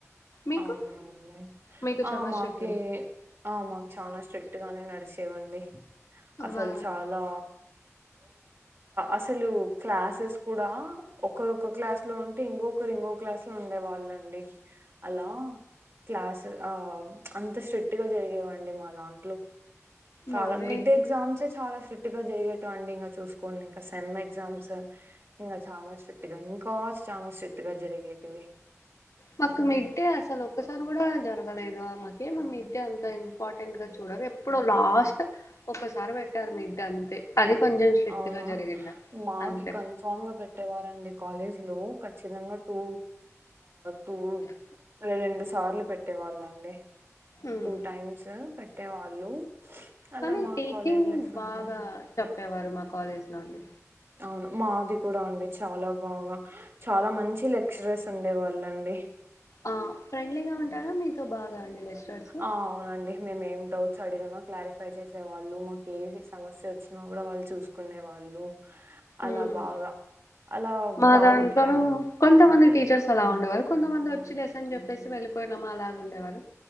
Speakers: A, on the left; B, on the right.
A: మీకు
B: అవునవుండి
A: మీకు చాలా
B: ఆ మాక
A: స్ట్రిక్ట్ ఉంది
B: ఆ మాకు చాలా స్ట్రిక్ట్ గానె నడిచేవడి అసలు
A: మా దాంట్లో
B: చాలా అసలు క్లాసెస్ కూడా ఒకరుక్క క్లాస్ లో ఉంటే ఇంకొకరు ఇంకోక క్లాస్ లో ఉండే వాళ్ళండి అండి అలా క్లాస్ ఆ అంత స్ట్రిక్ట్ గా జరిగేవండి మా దాంట్లో చాలా
A: మావే
B: మిడ్డ ఎగ్జామ్స్ చాలా స్ట్రెక్టుగా గా జరిగేట అండి ఇంకా చూసుకోండి ఇంకా సెమ్ ఎగ్జామ్స్ ఇంకా చాలా స్ట్రిక్ట్ గా ఇంకా ఎగ్జామ్స్ షిఫ్ట్ గా జరిగేటివి
A: మాకు మిడ్డే అసలు ఒసారి కూడా జరగలేదు మాకే మా మిడ్ అంతా ఇంపార్టెంట్ గా చూడరు ఎప్పుడో లాస్ట్ ఒకసారి పెట్టారు మిడ్ అంతే అది కొంచెం స్ట్రిక్ట్
B: అవునా
A: గా జరిగిండ
B: మాకి
A: అంతే
B: కన్ఫామ్ గా పెట్టేవారండి కాలేజ్ లో ఖచ్చితంగా టూ టూ రెండు సార్లు పెట్టేవాళ్ళు అండి
A: ఉమ్.
B: టూ టైమ్స్ పెట్టేవాళ్ళు అలా
A: కానీ
B: మా
A: టీచింగ్
B: కాలేజ్ లైఫ్ అంతా
A: బాగా చెప్పేవారు మా కాలేజ్ లో అండి
B: అవును మాది కూడా అండి చాలా బాగా చాలా మంచి లెక్చరర్స్ ఉండే వాళ్ళండి
A: ఆ ఫ్రెండ్లీగా ఉంటారా మీతో బాగా లెక్చరర్స్
B: ఆ అవునండి మేమేం డౌట్స్ అడిగిన క్లారిఫై చేసే వాళ్ళు మాకు ఏ సమస్య వచ్చినా కూడా వాళ్ళు చూసుకునే వాళ్ళు అలా
A: ఉమ్.
B: బాగా అలా
A: మా
B: బాగా
A: దాంట్లోనూ కొంతమంది టీచర్స్ అలా ఉండేవారు కొంతమంది లెసన్స్ చెప్పి వెళ్లిపోయిన అలాగ ఉండే వాళ్లు